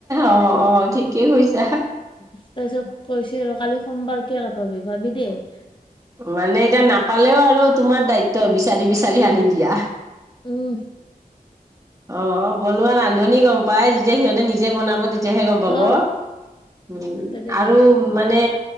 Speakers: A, on the right; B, on the left.
A: অ', অ', ঠিকেই কৈছা।
B: তাৰ পিছত কৈছো আৰু কালি সোমবাৰ কিয় নাপাবি পাবি দেই।
A: মানে এতিয়া নাপালেও আৰু তোমাৰ দায়িত্ব বিচাৰি বিচাৰি আনি দিয়া।
B: উম।
A: অ'। বনোৱা ৰান্ধনি গম প পাই তেতিয়া সিহঁতে নিজে বনাব তেত যেহে গম পাব
B: অ
A: উম,
B: তাকেতো
A: আৰু মানে